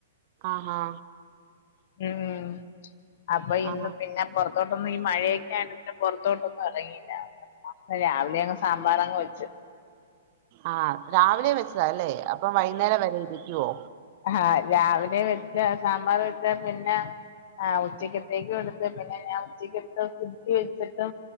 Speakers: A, on the right; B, on the left.
A: ആഹാ
B: ഉം അപ്പൊ ഇന്ന്
A: ആഹ്
B: പിന്നെ പൊറത്തോട്ടൊന്നും ഈ മഴയൊക്കെ ആയോണ്ട് പിന്നെ പൊറത്തോട്ടൊന്നും ഇറങ്ങില്ല രാവിലെ അങ്ങ് സാമ്പാറങ്ങ് വെ ച്ച്
A: ആ രാവിലെ വെച്ചതാ അല്ലേ അപ്പം വൈകുന്നേരം വരെ ഇരിക്കുവോ?
B: ആ രാവിലെ വെച്ച സാമ്പാർ വെച്ച പിന്നെ ആ ഉച്ചക്കത്തേക്ക് കൊടുത്ത് പിന്നെ ഞാൻ ഉച്ചക്കെടുത്തു ഫ്രിഡ്ജില് വെച്ചിട്ടു